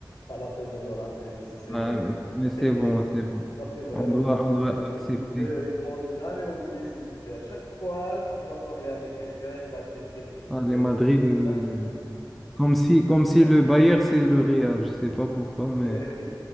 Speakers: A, on the left; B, in the centre.
A: pas la peine de me rappeler de ce scénario.
B: Ouais, mais
A: <laughs>
B: c'est bon, c'est bon.
A: Ça fait vraiment
B: On doit,
A: mal au
B: on doit
A: cœur. Les
B: accepter.
A: huit deux, ils ne vont jamais oublier ces huit deux. À chaque fois que tu vas parler avec quelqu'un, il va te dire huit
B: Ah, les
A: deux.
B: Madrid,
A: là.
B: euh,
A: <laughs>
B: comme si, comme si le Bayern, c'est le Real. Je sais pas pourquoi, mais...
A: Ouais.